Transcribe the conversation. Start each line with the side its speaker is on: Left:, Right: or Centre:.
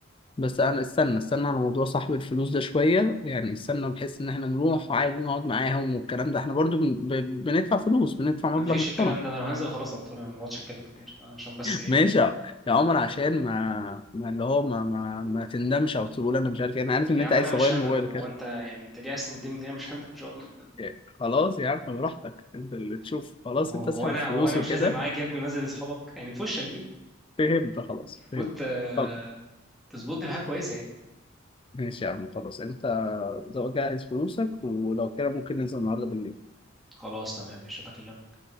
Left: بس انا استنى استنى على موضوع صاحب الفلوس ده شويه يعني استنى بحيث ان احنا نروح وعادي نقعد معاهم والكلام ده احنا برضو بن- ب- بندفع فلوس بندفع
Centre: ومفيش
Left: مبلغ محترم
Centre: الكلام ده انا لو هنزل اخلص على طول انا مبقعدش اتكلم كتير عشان بس ايه
Left: ماشي يا يا عمر عشان ما, ما اللي هو ما, ما, ما تندمش او تقول انا مش عارف إيه. انا عارف ان
Centre: يا
Left: انت
Centre: عم
Left: عايز
Centre: انا مش
Left: تغير
Centre: هندم
Left: موبايلك
Centre: هو انت يعني انت ليه عايز تندمني انا مش هندم ان شاء الله
Left: يعني خلاص يا عم براحتك انت اللي تشوف خلاص
Centre: هو
Left: انت اسحب
Centre: هو انا
Left: الفلوس
Centre: هو انا
Left: وكده
Centre: مش نازل معاك يا ابني ونازل لاصحابك يعني في وشك دي
Left: فهمت خلاص
Centre: المفروض
Left: فهمت
Centre: آه،
Left: خلاص
Centre: تظبطني في حاجة كويسة يعني
Left: ماشي يا عم خلاص انت جهز فلوسك ولو كده ممكن ننزل النهارده بالليل
Centre: خلاص تمام ماشي بكلمك